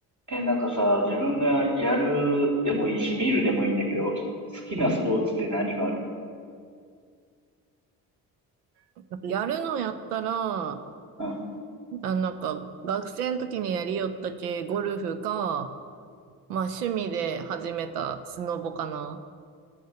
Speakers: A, on the right; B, on the right.
A: え、なんかさ、自分がやるでもいいし、見るでもいいんだけど、好きなスポーツって何がある
B: なんかやるのやったら、あ、
A: うん。
B: なんか学生の時にやりよったけ、ゴルフか、まあ趣味で始めたスノボかな。